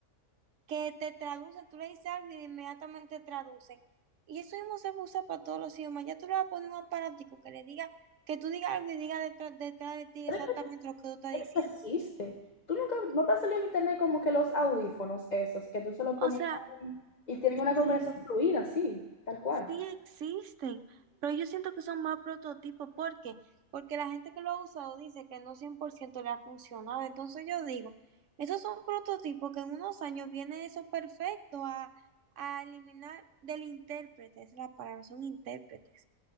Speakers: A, on the right; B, on the left.
A: que te traducen, tú le dices algo y inmediatamente traducen. Y eso mismo se usa para todos los idiomas. Ya tú le vas a poner un aparatico que le diga, que tú digas algo y diga detrás, detrás de ti
B: Pero
A: exactamente
B: es
A: lo que tú estás
B: que
A: diciendo.
B: esto existe. Tú nunca, no te ha salido en internet como que los audífonos esos, que tú se los pones
A: O sea,
B: y tienen una conversación
A: mm,
B: fluida, sí, tal cual.
A: sí existen, pero yo siento que son más prototipos. ¿Por qué? Porque la gente que lo ha usado dice que no 100% le ha funcionado. Entonces yo digo, esos son prototipos que en unos años viene eso perfecto a, a eliminar del intérprete. Esa es la palabra, son intérpretes.